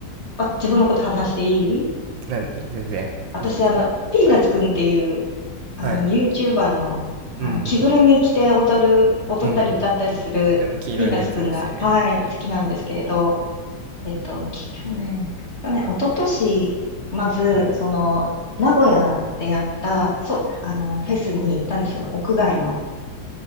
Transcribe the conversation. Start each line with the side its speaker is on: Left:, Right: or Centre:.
Left: あ自分のこと話していい
Right: なん全然いいですよ。
Left: 私あの、ピーナッツくんっていう
Right: はい。
Left: あの、
Right: はい。
Left: YouTuber の、あの、
Right: うん。
Left: 着ぐるみ着て踊る、踊ったり歌ったりするピーナッツくんが、
Right: うん。なんか黄色いやつですよね。
Left: はい、
Right: はい。
Left: 好きなんですけれど、えっと、き去年、去年、一昨年、まず、
Right: はい。
Left: その、名古屋でやった、そ、あの、フェスに行ったんですよ、屋外の。